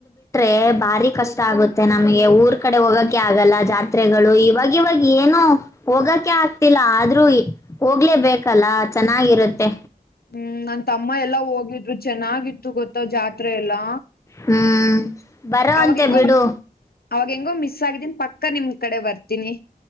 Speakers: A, on the left; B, on the left.
A: ೆ ಬಾರಿ ಕಷ್ಟ ಆಗುತ್ತೆ ನಮಗೆ ಊರ್ ಕಡೆ ಹೋಗಕ ಆಗಲ್ಲ ಜಾತ್ರೆಗಳು ಇವಾಗ ಇವಾಗ ಏನು ಹೋಗಕ ಆಗ್ತಿಲ್ಲ ಆದ್ರೂ ಹೋಗ್ಲೇಬೇಕಲ್ಲ ಚೆನ್ನಾಗಿರುತ್ತೆ
B: ಹ್ಮ್ ನನ್ ತಮ್ಮ ಎಲ್ಲಾ ಹೋಗಿದ್ರು ಚೆನ್ನಾಗಿತ್ತು ಗೊತ್ತ ಜಾತ್ರೆ ಎಲ್ಲಾ
A: ಹ್ಮ್ ಬರೋ
B: ಅವಾಗ
A: ಅಂತೆ
B: ಹೆಂಗೋ
A: ಬಿಡು
B: ಅವಾಗ ಹೆಂಗೋ ಮಿಸ್ ಆಗಿದ್ದೀನ್ ಪಕ್ಕ ನಿಮ ಕಡೆ ಬರ್ತೀನಿ